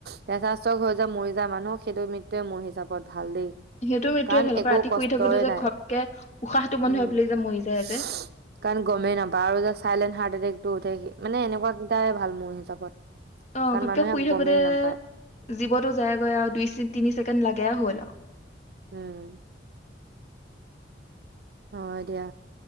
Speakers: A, on the right (about 60°); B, on the left (about 40°).
A: প্ৰেচাৰষ্টক হৈ যে মৰি যায় মানুহ সেইটো মৃত্যুয়ে মোৰ হিচাপত ভাল দেই
B: সেইটো মৃত্যুয়ে
A: কাৰণ
B: ভাল আকৌ
A: একো
B: ৰাতি
A: কষ্টই
B: শুই থাকোতে যে
A: নাই
B: ঘপকে উশাহটো বন্ধ
A: উম
B: হৈ পেলাই যে মৰি যায়
A: সি
B: যে
A: কাৰণ গমেই নাপায় আৰু যে চাইলেণ্ট হাৰ্ট এটেক টু উঠেহি মানে এনেকুৱা তাই ভাল মোৰ হিচাপত
B: অ
A: কাৰণ
B: ভাবকে
A: মানুহে
B: শুই থাকোতে
A: গমেই নাপায়
B: জীৱতো যায়গৈ আৰু দুই তিনি ছেকেণ্ড লাগে হ'ল আৰু
A: উম। হয় দিয়া।